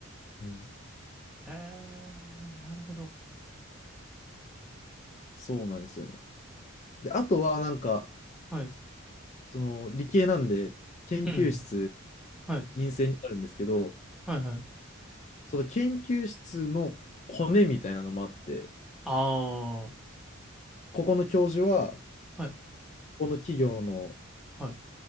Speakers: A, on the left; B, in the centre.
A: うん。
B: へえ、なるほど。
A: そうなんですよね。で、あとはなんか、
B: はい。
A: その理系なんで、研究室
B: うん。はい。
A: 陰性になるんですけど、
B: はいはい。
A: その研究室のコネみたいなのもあって、
B: ああ、は
A: ここの教授は、
B: い。
A: この企業の
B: はい。